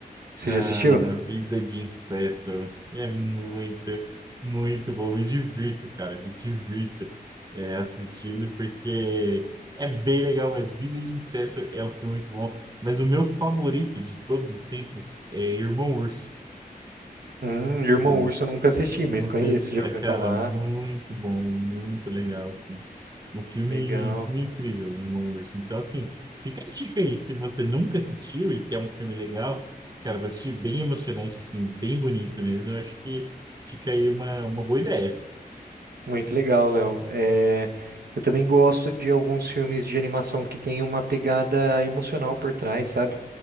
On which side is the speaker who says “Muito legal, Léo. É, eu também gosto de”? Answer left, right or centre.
Right